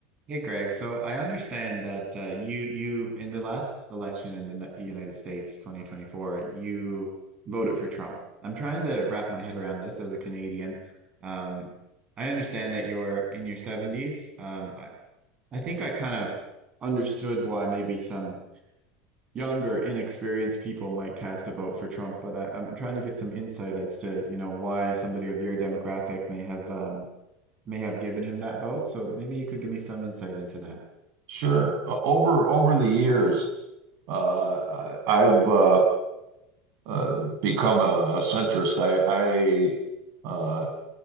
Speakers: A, on the right (about 20°); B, on the right (about 50°).
A: Hey Greg, so I understand that uh, you you in the last election in the Ni- United States 2024, you voted for Trump. I'm trying to wrap my head around this as a Canadian. Um, I understand that you're in your 70s. Um, I, I think I kind of understood why maybe some younger, inexperienced people might cast a vote for Trump, but I, I'm trying to get some insight as to, you know, why somebody of your demographic may have um, may have given him that vote. So maybe you could give me some insight into that.
B: Sure. Uh, over over the years, uh, I- I've uh, uh, become a, a centrist. I, I uh,